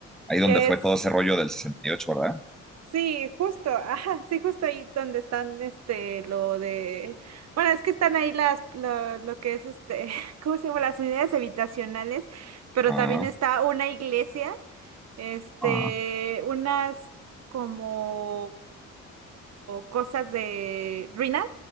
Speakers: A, in the centre; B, on the right.
A: Ahí donde
B: que
A: fue
B: es,
A: todo ese rollo del sesenta y ocho, ¿verdad?
B: sí, justo, <laughs> ajá, sí, justo ahí donde están, este, lo de, bueno, es que están ahí las, lo, lo que es, este, <laughs> ¿cómo se llama? Las unidades habitacionales, pero
A: Ah,
B: también está una iglesia, este,
A: ah.
B: unas como cosas de ruinas.